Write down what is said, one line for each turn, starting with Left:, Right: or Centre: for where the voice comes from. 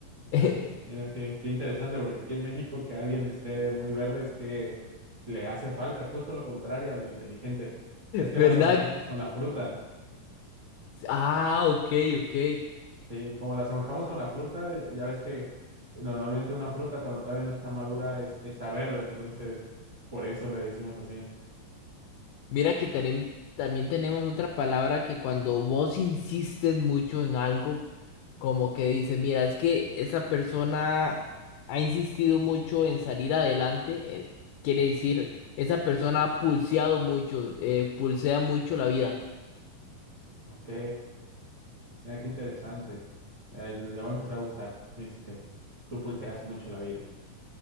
Right: Ah,
Left: <laughs>
Right: mira, qué, qué interesante, porque aquí en México que alguien esté muy verde es que le hace falta, justo lo contrario a lo inteligente. Es que
Left: ¿Verdad?
Right: lo asemejamos con la fruta.
Left: Ah, ok, ok.
Right: Sí, como la asemejamos con la fruta, eh, ya ves que normalmente una fruta cuando todavía no está madura es, está verde, entonces por eso le decimos así.
Left: Mira que tenem- también tenemos otra palabra que cuando vos insistes mucho en algo, como que dices, mira, es que esa persona ha insistido mucho en salir adelante, eh, quiere decir, esa persona ha pulseado mucho, eh, pulsea mucho la vida.
Right: Ok. Mira, qué interesante. Eh, la voy a empezar a usar. Este, tú pulseas mucho la vida.